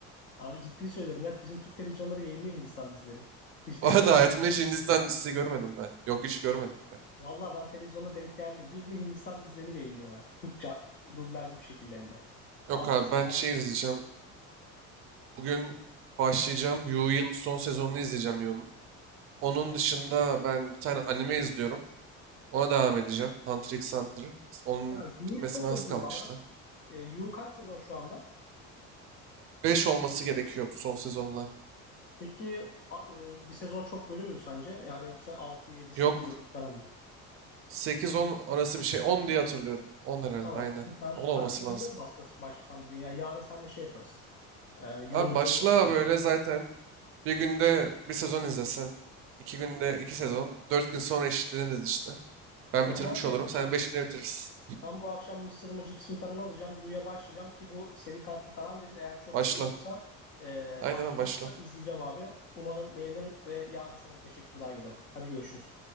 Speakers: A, on the left; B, on the right.
A: Abi ciddi söylüyorum. Net bizim Türk televizyonları yayınlıyor Hindistan dizileri. Hiç
B: O
A: denk
B: arada
A: geldi
B: hayatımda
A: mi?
B: hiç Hindistan dizisi görmedim ben. Yok hiç görmedim ben.
A: Valla ben televizyonda denk geldim. Bildiğin Hindistan dizilerini yayınlıyorlar. Türkçe dublajlı bir şekilde hem de.
B: Yok
A: Altyazı
B: abi ben
A: falan
B: şey
A: da değil.
B: izleyeceğim. Bugün başlayacağım. Yu'nun son sezonunu izleyeceğim Yu'nun. Onun dışında ben bir tane anime izliyorum. Ona devam edeceğim. Hunter x Hunter. Onun
A: Ya Yu'yu
B: bitmesine
A: çok
B: az
A: övdün
B: kalmıştı.
A: bana. E, Yu kaç sezon şu anda?
B: 5 olması gerekiyor bu son sezonla.
A: Peki a- e, bir sezon çok bölüm mü sence? Yani yoksa 6, 7, 8
B: Yok.
A: bölüm falan mı?
B: Sekiz on arası bir şey. On diye hatırlıyorum. 10 herhalde
A: Tamam
B: aynen.
A: süper.
B: 10 olması
A: Ben de Yu'ya
B: lazım.
A: mı başlas- başlasam bugün ya? Yarın seninle şey yaparız. E, Yu'nun
B: Abi
A: üzerinde
B: başla
A: konuşuruz.
B: böyle zaten bir günde bir sezon izlesen. 2 günde 2 sezon. 4 gün sonra eşitleniriz işte. Ben
A: O
B: bitirmiş
A: zaman şey
B: olurum.
A: yapacağım.
B: Sen 5 güne bitirirsin.
A: Ben bu akşam mısır mı cips mi falan alacağım. Yu'ya başlayacağım ki bu seri katil falan dedin. Eğer çok
B: Başla.
A: şey yoksa, e,
B: Aynen
A: aşk
B: abi, başla.
A: yoksa izleyeceğim abi. Umarım beğenirim ve yarın sana bir teşekkür daha gelirim. Hadi görüşürüz.